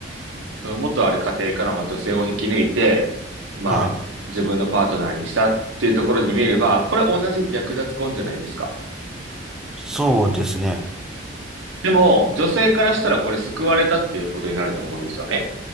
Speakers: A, on the right; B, in the centre.
A: その元ある家庭からまあ女性を引き抜いて、まあ、
B: はい。
A: 自分のパートナーにしたっていうところで見れば、これ同じ略奪婚じゃないですか。
B: そうですね。
A: でも、女性からしたらこれ救われたっていうことになると思うんですよね。